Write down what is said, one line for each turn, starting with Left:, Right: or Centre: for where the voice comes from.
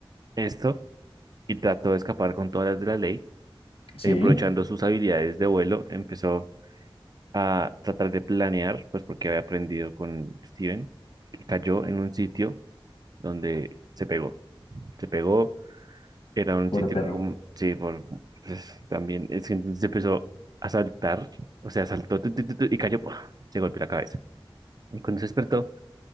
Right: esto, y trató de escapar con todas las de la ley,
Left: Sí,
Right: y aprovechando sus habilidades de vuelo, empezó a tratar de planear, pues porque había aprendido con Steven, y cayó en un sitio donde se pegó. Se pegó, era un
Left: pobre
Right: sitio
Left: perro.
Right: como, sí, por, pues, también, es que entonces empezó a saltar, o sea, saltó tu, tu, tu, tu, y cayó, ¡pua! se golpeó la cabeza. Y cuando se despertó,